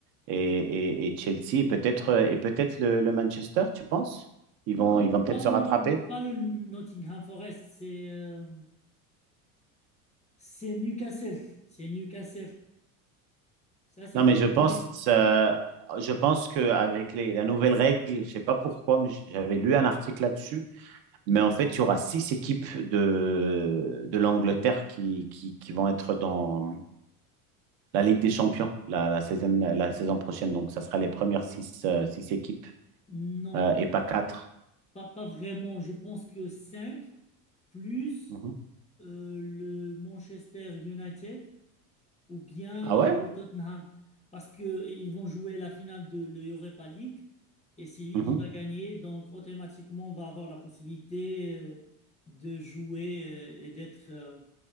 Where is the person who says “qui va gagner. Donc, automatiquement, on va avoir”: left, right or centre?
Left